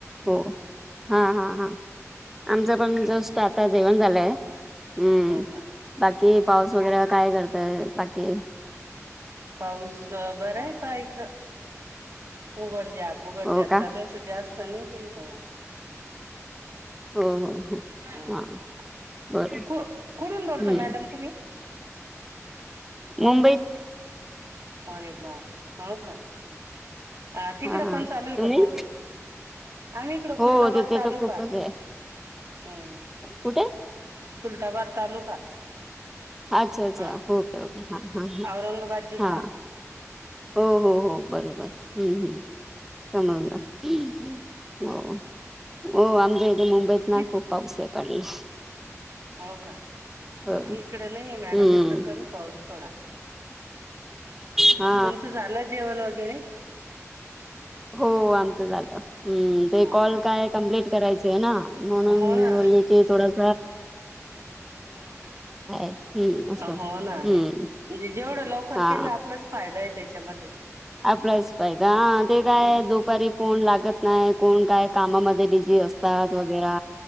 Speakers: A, in the centre; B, on the right.
A: हो हा- हा- हा आमचा पण जस्ट
B: हा
A: आता जेवण झालय हम्म
B: हो का
A: बाकी पाऊस वगैरे काय करतय बाकी
B: पाऊस बर आहे पहा इकड उघडजाप -उघडजाप
A: हो का
B: चालूय जास्त नाही काही हो
A: हो हो हो
B: हम्म
A: हा बरं
B: कुठून बोलता
A: हम्म
B: मॅडम तुम्ही
A: मुंबईत
B: अरे बापरे हो का तिकडं
A: हा हा
B: पण चालू आहे
A: तुम्ही
B: का पाऊस आम्ही इकड
A: हो
B: खुलताबाद
A: तिथे
B: तालुका
A: तर खूपच आहे
B: हम्म
A: कुठे
B: खुलताबाद तालुका
A: अच्छा-अच्छा
B: अ
A: ओके-ओके हा -हा -ह
B: औरंगाबाद जिल्हा
A: -हा -हो -हो- हो बरोबर हम्म -हम्म समजल हो हो आमच्या इथे मुंबईत
B: कि
A: ना खूप पाऊस आहे पडला
B: हो का
A: हो
B: इकडं नाहीेय मॅडम
A: हम्म
B: इकडं कमी पाऊस थोडा
A: हा
B: तुमचं झालं जेवण वगैरे
A: हो आमच झाल हम्म ते
B: हो
A: कॉल
B: का
A: काय कम्प्लीट करायच आहे ना म्हणून
B: हो ना
A: मी बोलली की थोडस हम्म असं हम्म
B: हो ना म्हणजे जेवढं लवकर
A: हा
B: केल आपलच फायदा आहे त्याच्यामध्ये
A: आपल्याच फायदा हा ते काय
B: हम्म
A: दुपारी फोन लागत नाही कोण काय कामा मध्ये बिझी असतात वगैरा